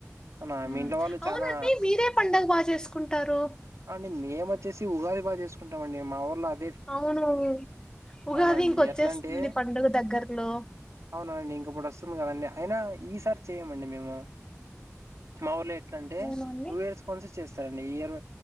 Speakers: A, on the right; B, on the left.
A: అవునా మీ
B: మ్
A: ఇంట్లో వాళ్ళు
B: అవునండి
A: చానా
B: మీరే పండగ బాగా చేసుకుంటారు
A: ఆ అండి మేము వచ్చేసి ఉగాది బాగా చేసుకుంటాం అండి మా ఊర్లో అ
B: అవును ఉగాది
A: అవునా అండి
B: ఇంకొచ్చేస్తుంది
A: ఎట్లా అంటే
B: పండుగ దగ్గరలో
A: అవునా అండి ఇంకప్పుడు వస్తుంది కదండి అయినా ఈ సారి చేయమండి మేము మా ఊర్లో ఎట్లాంటే
B: అవునండి
A: టూ ఇయర్స్కి వన్స్ చేస్తారండి ఈ ఇయర్